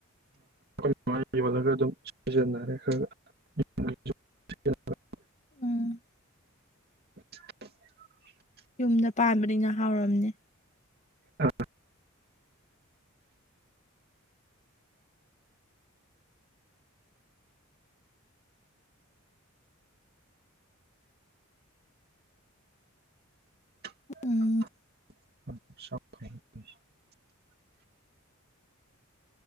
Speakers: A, on the right; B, on the left.
A: ꯑꯩꯈꯣꯏꯥꯏꯅ ꯌꯣꯜꯂꯒ ꯑꯗꯨꯝ ꯁꯤꯖꯤꯟꯅꯔꯦ ꯈꯔ <unintelligible>
B: ꯎꯝ
A: <unintelligible>
B: ꯌꯨꯝꯗ ꯄꯥꯟꯕꯅꯤꯅ ꯍꯥꯎꯔꯝꯅꯤ
A: ꯑꯥ <unintelligible>
B: ꯎꯝ